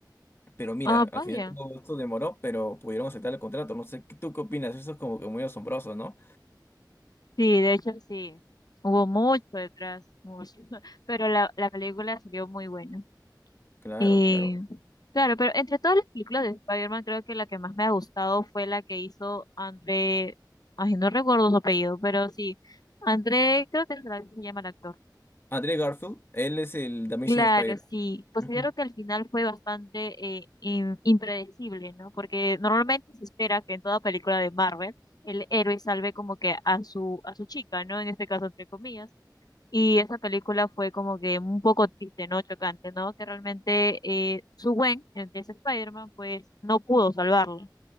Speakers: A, on the left; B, on the left.
A: Pero mira,
B: ah,
A: al
B: vaya.
A: final todo esto demoró, pero pudieron aceptar el contrato. No sé, ¿tú qué opinas? Eso es como que muy asombroso, ¿no?
B: Sí, de hecho sí. Hubo mucho detrás, mucho. <laughs> Pero la, la película salió muy buena.
A: Claro,
B: Eh,
A: claro.
B: claro, pero entre todas las películas de Spider-Man, creo que la que más me ha gustado fue la que hizo André, ay, no recuerdo su apellido, pero sí, André, creo que es la- se llama el actor.
A: André Garfield, él es el The Amazing
B: Claro,
A: Spider-Man.
B: sí, considero
A: Ujú,
B: que al final fue bastante eh, im- impredecible, ¿no? Porque normalmente se espera que en toda película de Marvel el héroe salve como que a su, a su chica, ¿no? En este caso, entre comillas y esa película fue como que un poco triste, ¿no? Chocante, ¿no? Que realmente eh, su Gwen, el que es Spider-Man, pues no pudo salvarlo.